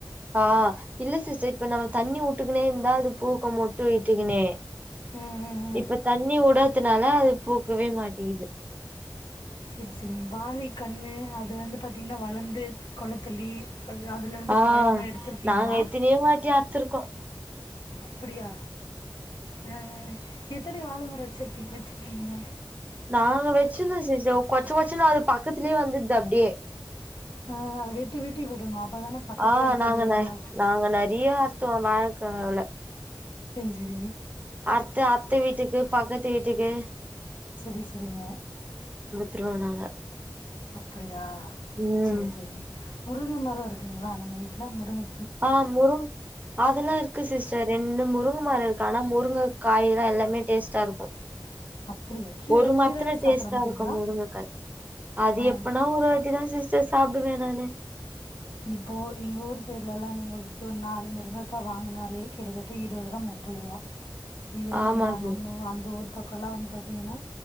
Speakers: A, on the right (about 20°); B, on the left (about 75°).
A: ஆஹ இல்ல சிஸ்டர் இப்ப நம்ம தண்ணி வுட்டுக்னே இருந்தா அது பூக்கும் மொட்டு விட்டுக்கினே
B: ம் ம் ம்
A: இப்ப தண்ணி வுடத் பத்துனால அது பூக்கவே மாட்டிங்குது
B: சரி சரி வாழை கண்ணு அது வந்து பாத்தீங்கின்னா வளர்ந்து கொளத்தள்ளி அது அதுலருந்து
A: ஆஹ
B: பழம்லாம் எடுத்திருக்கீங்களா?
A: நாங்க எத்தினோ வாட்டி அர்த்திருக்கோம்
B: அப்படியா ஹன் ஹன் ஹன் எத்தனை வாழமர வச்சு எங்க வச்சுருக்கீங்க.
A: நாங்க வச்சிருந்த சீசோ கொ <unintelligible> பக்கத்துலேயே வந்துது அப்படியே
B: அஹ அத வெட்டி வெட்டி விடனும் அப்பதானே பக்கத்துல
A: ஆ
B: இருக்கிறது
A: நாங்க ந
B: மரத்துக்கு
A: நாங்க நெறைய அறுத்துவோ வாழக்கெழங்குல
B: சேரி சேரி
A: அர்த்து அத்த வீட்டுக்கு பக்கத்து வீட் த்கே
B: சரி சரிங்க
A: த்ரோ நாங்க
B: அப்படியா
A: ம்
B: செரி செரி முருகங்கமரம் இருக்குங்களா நம்ம வீட்டுல முருமை
A: ஆஹ முருங் அதெல்லா இருக்கு சிஸ்டர் ரெண்டு முருங்க சுமார் இருக்கானா முருங்ககாய் எல்லாமே டேஸ்ட்டா இருக்கும்
B: அப்படியா? கீரை
A: ஒரு மரத்துல
B: கீரை
A: டேஸ்டா
B: சாப்பிட மாட்டீங்களா?
A: இருக்கோம் முருங்கக்காய் அது
B: ஆ.
A: எப்புனா ஒரு வாட் இதான் சிஸ்டர் சாப்டுவேன் நானு
B: இப்போ எங்க ஊர் சைடுல எல்லா விக்கும் நீங்க ஒரு நாலு முருங்கக்கா வாங்கினாலே கிட்டத்தட்ட இருபது ரூபாய் முப்பது ரூபா இதே
A: ஆமா
B: நம்ம
A: சிஸ்
B: நம்ம அந்த ஊர் பக்கலா வந்து பாத்தீங்கன்னா